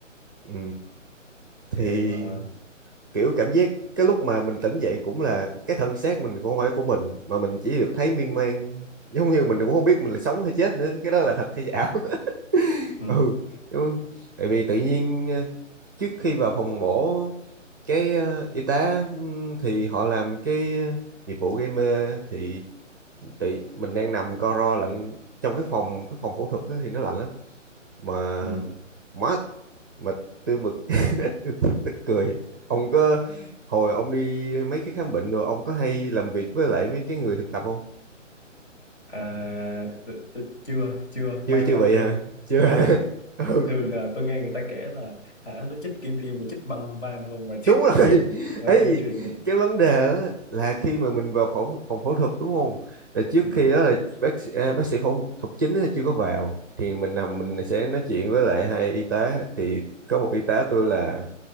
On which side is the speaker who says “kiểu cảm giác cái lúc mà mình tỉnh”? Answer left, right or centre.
Right